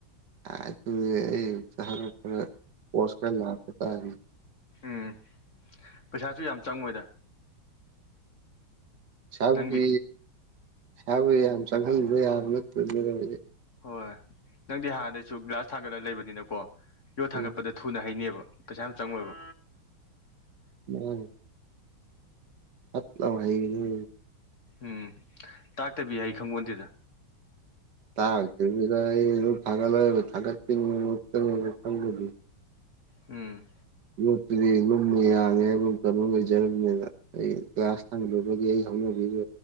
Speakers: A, on the right; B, on the left.
A: ꯑꯗꯨꯗꯤ ꯑꯩ ꯁꯍꯔ ꯈꯔ ꯄꯣꯁ ꯈꯔ ꯂꯥꯛꯄ ꯇꯥꯔꯦ
B: ꯎꯝ ꯄꯩꯁꯥꯁꯨ ꯌꯥꯝ ꯆꯪꯉꯣꯏꯗ
A: ꯄꯩꯁꯥꯕꯨꯗꯤ
B: ꯅꯪꯒꯤꯗꯤ
A: ꯄꯩꯁꯥꯕꯨ ꯌꯥꯝ ꯆꯪꯍꯟꯕ ꯌꯥꯕ ꯅꯠꯇ‌ꯦꯗ ꯅ‌ꯣꯏꯗꯤ
B: ꯍꯣꯏ ꯅꯪꯗꯤ ꯍꯥꯟꯅꯗꯩꯁꯨ ꯒ꯭ꯂꯥꯁ ꯊꯥꯡꯒꯠꯂ ꯂꯩꯕꯅꯤꯅꯀꯣ ꯌꯣꯠ
A: ꯎꯝ
B: ꯊꯥꯡꯒꯠꯄꯗ ꯊꯨꯅ ꯍꯩꯅꯦꯕ ꯄꯩꯁꯥ ꯌꯥꯝ ꯆꯪꯉꯣꯏꯕ
A: ꯃꯥꯅ‌ꯦ ꯐꯠ ꯂꯥꯎ ꯍꯩꯒ <unintelligible>
B: ꯎꯝ ꯇꯥꯛꯇꯕꯤ ꯍꯩ ꯈꯪꯄ‌ꯣꯟꯇ‌ꯦꯗ
A: ꯇꯥꯛꯇꯕꯤꯗ ꯑꯩ ꯗꯨꯝ ꯊꯥꯡꯒꯠꯂ ꯊꯥꯡꯒꯠ <unintelligible>
B: ꯎꯝ
A: ꯌꯣꯠꯇꯨꯗꯤ ꯂꯨꯝꯃꯦ ꯌꯥꯡꯉꯦ ꯍꯥꯏꯕ ꯀꯩꯅꯣ ꯂꯩꯖꯔꯕꯅꯤꯅ ꯑꯩ ꯒ꯭ꯂꯥꯁ ꯊꯥꯡꯒꯗꯕꯒꯤ ꯑꯩ ꯍꯧꯅꯕꯤꯗꯣ